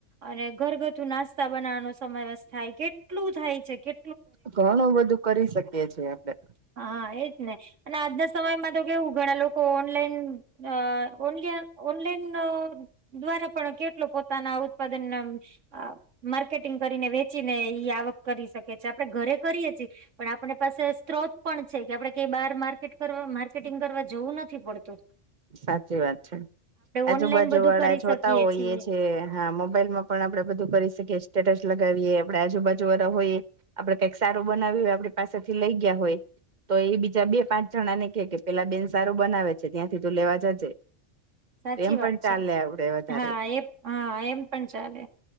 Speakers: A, on the right (about 75°); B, on the right (about 40°).
A: અને ઘરગથ્થુ નાસ્તા બનાવવાનો સમાવેશ થાય કેટલું થાય છે કે
B: ઘણું બધું કરી શકીએ છે આપડે
A: હા એજ ને અને આજના સમયમાં તો કેવું ઘણા લોકો તો ઓનલાઈન અ ઓન ઓનલાઈન દ્વારા પણ કેટલો પોતાના ઉત્પાદન ના. અ માર્કેટિંગ કરીને વેચી ને ઈ આવક કરી શકે છે આપડે ઘરે કરીએ છીએ. પણ આપણે પાસે સ્ત્રોત પણ છે કે આપડે કઈ બહાર માર્કેટ કરવા માર્કેટિંગ કરવા જોવું નથી. પછી પડતો
B: સાચી વાત છે આજુબાજુ
A: ઓનલાઈન બધું
B: વડાા
A: કરી
B: જોતા
A: શકીએ
B: હોય
A: છીએ
B: એ છે. હા મોબાઈલ માં પણ આપડે બધું કરી શકીએ સ્ટેટસ લગાવીએ આપે આજુબાજુ વાળા હોઈએ. આપડે કઈક સારું બનાવી્યું હોય આપડી પાસેથી લઈ ગયા હોય. તો એ બીજા બે પાંચ જણા ને કે કે પેલા બેન સારું બનાવે છે ત્યાંથી તું લેવા જાજે.
A: સાચી
B: એમ પણ
A: વાત
B: ચાલે
A: છે
B: આવડે વધારે્
A: હા એ હા એમ પણ ચાલે